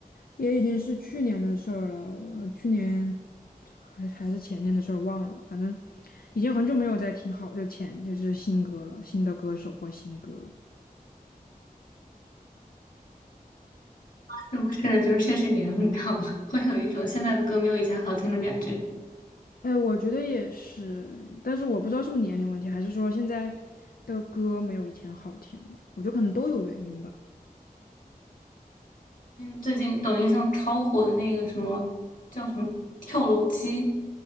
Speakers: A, on the left; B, on the left.
A: 也已经是去年的事儿了，呃去年还还是前年的事儿忘了，反正已经很久没有再听好，就前就是新歌了，新的歌手或新歌了。
B: 是不是？就是确实年龄到了，会有一种现在的歌没有以前好听的感觉。
A: 哎，我觉得也是，但是我不知道是不是年龄问题，还是说现在的歌没有以前好听了，我觉得可能都有原因吧。
B: 因为最近抖音上超火的那个什么叫什么跳楼机，